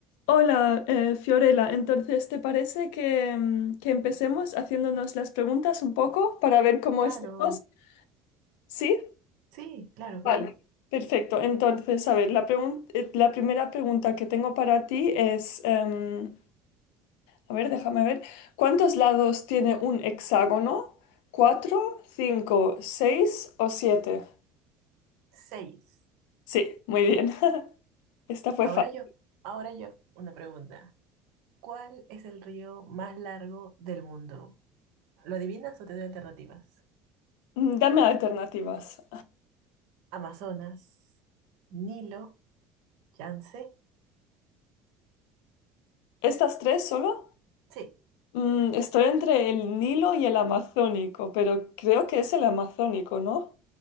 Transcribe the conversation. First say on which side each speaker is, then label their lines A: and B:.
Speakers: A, on the left; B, on the right.
A: Hola, eh, Fiorella. Entonces, ¿te parece que, mm, que empecemos haciéndonos las preguntas un poco para ver cómo
B: Claro,
A: estamos? ¿Sí?
B: sí, claro, claro.
A: Vale, perfecto. Entonces, a ver, la pregun- eh, la primera pregunta que tengo para ti es, em, a ver, déjame ver, ¿cuántos lados tiene un hexágono? ¿Cuatro, cinco, seis o siete?
B: Seis.
A: Sí, muy bien. <laughs> Esta fue
B: Ahora
A: fácil.
B: yo, ahora yo, una pregunta. ¿Cuál es el río más largo del mundo? ¿Lo adivinas o te doy alternativas?
A: Mm, Dame alternativas.
B: Amazonas, Nilo, Yangtze.
A: ¿Estas tres solo?
B: Sí.
A: Mm, estoy entre el Nilo y el Amazónico, pero creo que es el Amazónico, ¿no?